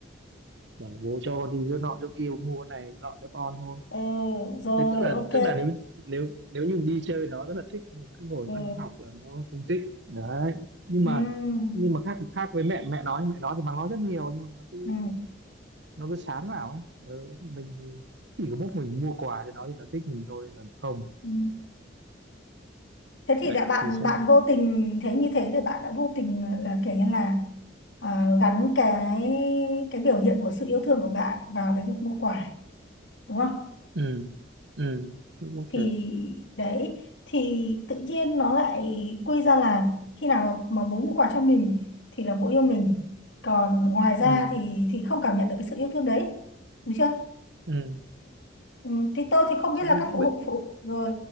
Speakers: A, on the right (about 65°); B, on the left (about 75°).
A: bảo bố cho con đi chỗ nọ chỗ kia mua cái này nọ cho con thôi
B: ừ rồi
A: thế tức là
B: ok
A: tức là nếu nếu nếu như đi chơi nó rất là thích nhưng cứ ngồi
B: ừ
A: bắt nó học là nó không thích đấy nhưng
B: ừ
A: mà nhưng mà khác khác với mẹ mẹ nói mẹ nói thì mắng nó rất nhiều nhưng mà nó cứ
B: ừ,
A: nó cứ sán vào ấy ừ, đấy, mình thì chỉ có mỗi mình mua quà cho nó thì nó thích mình thôi còn không
B: ừ. thế thì
A: đấy
B: đã bạn
A: thì xem
B: bạn vô tình thế như thế thì bạn đã vô tình là kiểu như là à, gắn cái cái biểu hiện của sự yêu thương của bạn vào cái việc mua quà đúng không
A: ừ ừ cũng có
B: thì
A: thể
B: đấy thì tự nhiên nó lại quy ra là khi nào mà, mà bố mua quà cho mình thì là bố yêu mình còn ngoài ra
A: ừ
B: thì thì không cảm nhận được cái sự yêu thương đấy đúng chưa
A: ừ
B: ừ, thì tôi thì không biết
A: chứ
B: là
A: bên
B: các phụ
A: bên
B: huynh phụ rồi